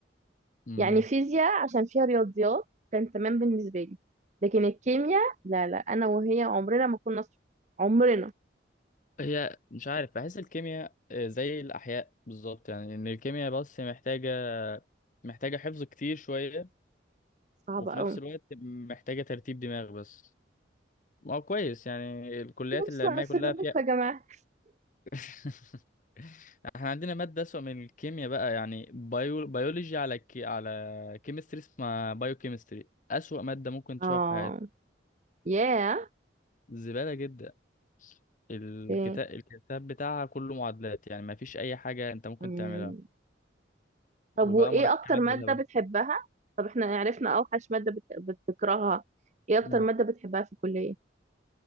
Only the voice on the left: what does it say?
امم
هي مش عارف بحس الكيمياء آه، زي الأحياء بالظبط يعني إن الكيمياء بس محتاجة محتاجة حفظ كتير شوية
وفي
نفس الوقت محتاجة ترتيب دماغ بس ما هو كويس يعني الكليات
العلمية
كلها فيها
<laughs> احنا عندنا مادة أسوأ من الكيمياء بقى يعني بايو... بيولوجي على كي... على كيمستري اسمها بايو كيمستري أسوأ مادة ممكن تشوفها
في حياتك
زبالة جدا الكتاب
الكتاب بتاعها كله معادلات يعني ما فيش أي حاجة أنت ممكن
تعملها
وبقى
مركبات
بالهبل
مم.